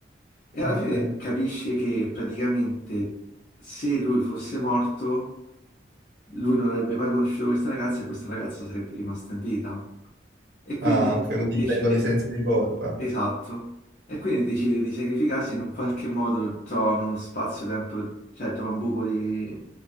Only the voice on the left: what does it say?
e
alla fine capisce che praticamente se lui fosse morto, lui non avrebbe mai conosciuto questa ragazza e questa ragazza sarebbe rimasta in vita. E quindi
decide,
Esatto. E quindi decide di sacrificarsi in un qualche modo, trova uno spazio-tempo, cioè trova un buco di-